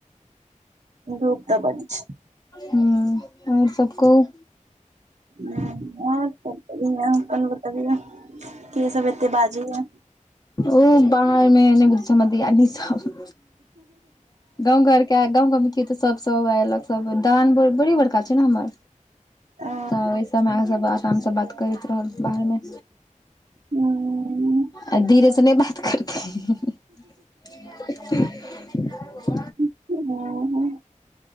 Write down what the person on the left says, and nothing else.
हूं और सब कहु।
ओ बाहर में नै बुझे छियै हमर दियादनी सब। गाँंव घरके गाँव की तऽ सब- सब एयलक सब दालान बड़ी बड़का छै ने हमर।
तऽ ओहि सबमें आहां सब आरामसँ बात करैत रहब बाहर में।
आ धीरे से नै बात करते। अ